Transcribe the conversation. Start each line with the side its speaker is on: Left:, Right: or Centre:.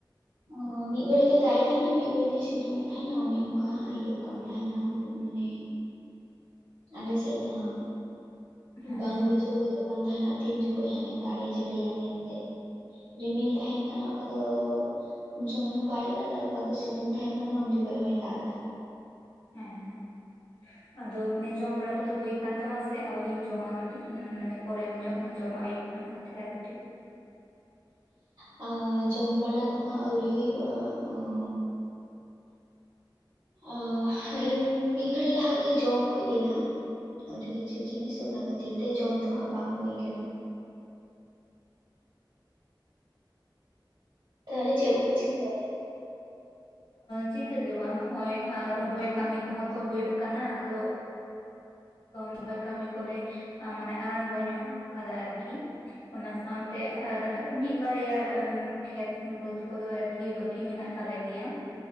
Right: ᱚᱸᱻ ᱢᱤᱫ ᱜᱷᱟᱹᱲᱤ, ᱮ ᱫᱟᱜ ᱮᱫᱟᱭ ᱾ ᱛᱮᱦᱮᱱᱼᱱᱟᱭ, ᱢᱤᱫ ᱜᱷᱟᱹᱲᱤ ᱛᱮᱭ ᱥᱤᱛᱩᱝ ᱮᱫ ᱛᱟᱦᱮᱱᱟ, ᱚᱱᱮ ᱚᱱᱠᱟ ᱦᱟᱸᱜ, ᱤᱭᱟᱹᱜ ᱠᱟᱱ ᱛᱟᱦᱮᱱᱟ, ᱦᱩᱭᱩᱜ ᱢᱟᱱᱮ ᱟᱞᱮ ᱥᱮᱫ ᱫᱚ, ᱦᱟᱸᱜ
Left: ᱦᱮᱸ
Right: ᱵᱟᱝ ᱵᱩᱡᱷᱟᱹᱣ ᱜᱚᱫᱚᱜ ᱠᱟᱱ ᱛᱟᱦᱮᱱᱟ, ᱛᱤᱱ ᱡᱚᱠᱷᱚᱡ ᱦᱟᱸᱜ, ᱮ ᱫᱟᱜ ᱮ ᱡᱟᱹᱲᱤᱭᱟ ᱢᱮᱱᱛᱮ ᱾ ᱨᱤᱢᱤᱞ ᱛᱟᱦᱮᱱ ᱠᱟᱱᱟ, ᱚᱠᱟ ᱫᱚ ᱩᱱ ᱥᱩᱚᱢᱚᱭ ᱦᱚᱸ ᱵᱟᱭ ᱫᱟᱜ ᱮᱫᱟ, ᱚᱠᱟ ᱫᱚ, ᱥᱤᱛᱩᱝ ᱛᱟᱦᱮᱸᱱ ᱠᱟᱱᱟ, ᱩᱱ ᱡᱚᱠᱷᱚᱱ ᱦᱚᱭ ᱫᱟᱜ ᱮᱫᱟ
Left: ᱦᱮᱸ ᱟᱫᱚ, ᱢᱟᱱᱮ ᱡᱚᱢ ᱵᱟᱲᱟ ᱠᱚᱫᱚ, ᱦᱩᱭ ᱠᱟᱱ ᱛᱟᱢᱟ, ᱥᱮ ᱟᱹᱣᱨᱤᱢ ᱡᱚᱢᱟ, ᱠᱟᱹᱴᱤᱡ ᱢᱟᱱᱮ, ᱯᱚᱨᱮᱢ ᱡᱚᱢᱟ, ᱟᱭᱩᱵ? ᱧᱚᱜ ᱠᱟᱛᱮᱫ, ᱟᱨ ᱠᱟᱹᱴᱤᱡ ᱾
Right: ᱟᱻ, ᱡᱚᱢ ᱵᱟᱲᱟ ᱫᱚ ᱦᱟᱸᱜ, ᱟᱹᱣᱨᱤ ᱦᱩᱭᱩᱜᱼᱟ ᱾ ᱚᱻ ᱦ ᱢᱤᱫ ᱜᱷᱟᱹᱲᱤ ᱞᱟᱦᱟᱜ ᱜᱮ, ᱡᱚᱢ ᱦᱩᱭ ᱞᱮᱱᱟ ᱾ ᱟᱹᱰᱤ ᱠᱤᱪᱷᱩ ᱡᱤᱱᱤᱥ, ᱚᱱᱟ ᱠᱷᱟᱹᱛᱤᱨ ᱛᱮ, ᱡᱚᱢ ᱫᱚ ᱦᱟᱸᱜ, ᱵᱟᱝ ᱦᱩᱭ ᱟᱠᱟᱱᱟ ᱾ ᱛᱟᱦᱟᱞᱮ, ᱪᱮᱫ ᱠᱚ ᱯᱮ, ᱪᱤᱠᱟᱹ ᱵᱟᱲᱟᱭ ᱮᱫᱟ?
Left: ᱪᱤᱠᱟᱹᱜᱮ ᱵᱟᱝ, ᱦᱚᱸᱜᱼᱚᱭ ᱨᱚᱦᱚᱭ ᱠᱟᱹᱢᱤ ᱠᱚᱦᱚᱸ ᱛᱚ, ᱦᱩᱭᱩᱜ ᱠᱟᱱᱟ, ᱟᱫᱚ ᱨᱚᱦᱚᱭ ᱠᱟᱹᱢᱤ ᱠᱚᱞᱮ, ᱢᱟᱱᱮ ᱟᱨᱟᱢᱵᱚ ᱧᱚᱜ ᱟᱠᱟᱫᱟ, ᱟᱨ ᱠᱤ ᱚᱱᱟ ᱥᱟᱶ ᱛᱮ, ᱟᱨ ᱢᱤᱫ ᱵᱟᱨᱭᱟ, ᱠᱷᱮᱛ ᱵᱟᱹᱫᱽ ᱠᱚᱫᱚ, ᱟᱨ ᱠᱤ ᱵᱟᱠᱤ, ᱢᱮᱱᱟᱜ ᱛᱟᱞᱮ ᱜᱮᱭᱼᱟ ᱾